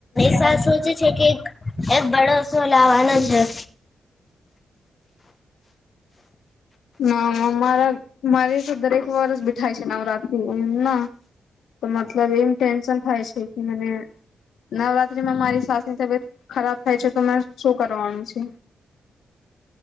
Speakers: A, on the left; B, on the left.
A: સલ સોચે છે કે એ બળ <inaudible> છોલાવા નજ <inaudible>
B: નામારા મારે તો દરેક વરષ બ બેઠાય છે નવરાતિ એમ ના તો મતલબ એમ ટેન્શન થાય છે કે મને નવરાત્રીમાં મારી સાસની તબિયત ખરાબ થાય છે તો મે શું કરવાનું છે.